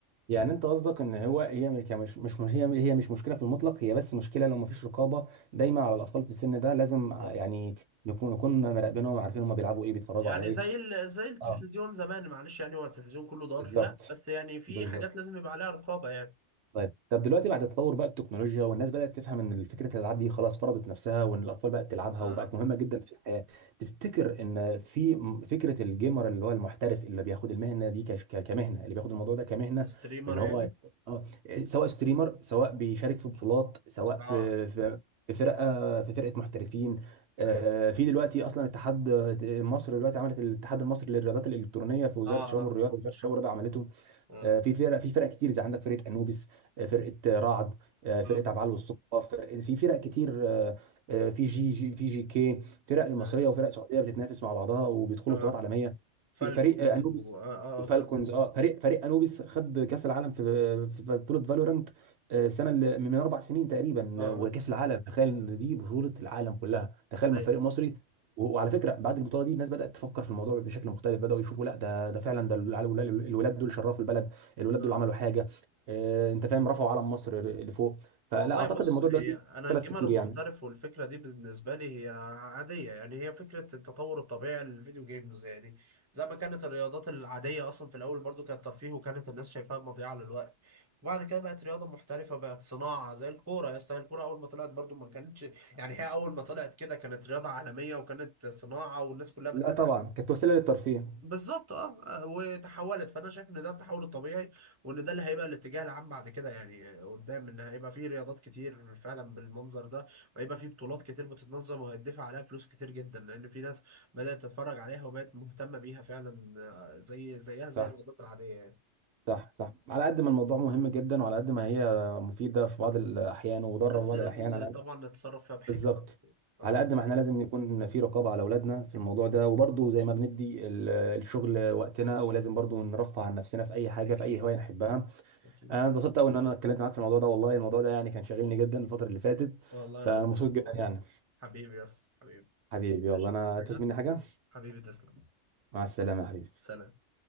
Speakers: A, on the right; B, on the right.
A: يعني انت قصدك ان هو هي مش مش مش- هي هي مش مشكله في المطلق هي بس مشكله لو مفيش رقابه دايما على الاطفال في السن ده لازم
B: بالظبط
A: ع- يعني نكون نكون مراقبينهم عارفين هم بيلعبوا ايه بيتفرجوا
B: يعني
A: على ايه
B: زي ال... زي التلفزيون
A: اه
B: زمان معلش يعني هو التلفزيون كله ضار
A: بالظبط
B: لا بس يعني في
A: بالظبط
B: حاجات لازم يبقى عليها رقابة يعني
A: طيب طب دلوقتي بعد تطور بقى التكنولوجيا والناس بدأت تفهم ان فكرة الالعاب دي خلاص فرضت نفسها وان الاطفال بقت تلعبها
B: اه
A: وبقت
B: اه
A: مهمة جدا في الحياة تفتكر ان في م- فكرة الجيمر اللي هو المحترف اللي بياخد المهنة دي كش- ك- كمهنة اللي بياخد الموضوع ده كمهنة
B: الستريمر
A: ان هو
B: يعني
A: اه سواء ستريمر سواء بيشارك في بطولات سواء
B: اه
A: في في في فرقة في فرقة محترفين آه،
B: ايوه
A: في دلوقتي اصلا اتحاد مصر دلوقتي عملت الاتحاد المصري للرياضات الالكترونيه في وزاره
B: اه
A: الشباب
B: اه
A: والرياضه
B: اه
A: وزاره
B: آه، شفته
A: الشباب والرياضه عملته
B: اه اه
A: آه، في فرق في فرق كتير زي عندك فرقه انوبيس آه، فرقه آه، رعد آه، فرقه
B: اه
A: عبعال والصقا فرق- في فرق كتير آه، آه، في جي جي في جي كي فرق مصريه
B: اه,
A: وفرق سعوديه بتتنافس مع بعضها وبيدخلوا
B: آه.
A: بطولات عالميه
B: فالكونز
A: في فريق آه، انوبيس
B: و اه
A: وفالكونز
B: اه كان في-
A: اه فريق فريق انوبيس خد كاس العالم في في في بطوله فالورانت آه، السنه اللي من من اربع سنين تقريبا
B: اه اه
A: آه، وكاس العالم تخيل ان دي بطوله العالم كلها تخيل
B: ايوه
A: ما فريق مصري و- وعلى فكره بعد البطوله دي الناس بدات تفكر في الموضوع بشكل مختلف بداوا يشوفوا لا ده ده فعلا ده العيال- الولاد الولاد دول شرفوا البلد الولاد
B: آه،
A: دول عملوا حاجه آه، انت فاهم رفعوا علم مصر لفوق فلا
B: والله
A: اعتقد
B: بص
A: الموضوع
B: هي
A: دلوقتي
B: انا
A: اختلف
B: الجيمر
A: كتير
B: المحترف
A: يعني
B: والفكره دي بالنسبه لي هي عاديه يعني هي فكره التطور الطبيعي للفيديو جيمز يعني زي ما كانت الرياضات العاديه اصلا في الاول برضو كانت ترفيه وكانت الناس شايفاها مضيعه للوقت وبعد كده بقت رياضه محترفه بقت صناعه زي الكوره يا اسطى الكوره اول ما طلعت برضو ما كانتش يعني هي اول ما طلعت كده كانت رياضه عالميه وكانت صناعه والناس كلها بت
A: لا طبعا كانت وسيله للترفيه
B: بالظبط اه آه، وتحولت فانا شايف ان ده التحول الطبيعي وان ده اللي هيبقى الاتجاه العام بعد كده يعني آه، قدام ان هيبقى فيه رياضات كتير فعلا بالمنظر ده وهيبقى فيه بطولات كتير بتتنظم وهيدفع عليها فلوس كتير جدا لان في ناس بدأت تتفرج عليها وبقت مهتمة بيها فعلا آه، زي زيها زي
A: صح
B: الرياضات العادية يعني
A: صح صح على قد ما الموضوع مهم جدا وعلى قد ما هي مفيده في بعض الاحيان وضاره
B: بس
A: في بعض
B: لازم
A: الاحيان على
B: طبعا
A: قد
B: نتصرف
A: <laughs>
B: فيها بحكمة
A: بالظبط
B: اه
A: على قد ما احنا لازم يكون في رقابه على اولادنا في الموضوع ده وبرضه زي ما بندي ال- الشغل وقتنا ولازم برضه نرفه عن نفسنا في اي حاجه
B: اكيد
A: في اي هوايه نحبها
B: اكيد
A: انا اتبسطت قوي ان انا اتكلمت معاك في الموضوع ده والله الموضوع ده يعني كان شاغلني جدا الفتره اللي فاتت
B: والله
A: فانا
B: انا اكتر
A: مبسوط
B: يا اخويا
A: جدا يعني
B: حبيبي يس حبيبي
A: حبيبي يلا
B: عشان
A: انا
B: تصحى حاجة
A: تفوت مني حاجه
B: حبيبي تسلم
A: مع السلامه يا حبيبي
B: سلام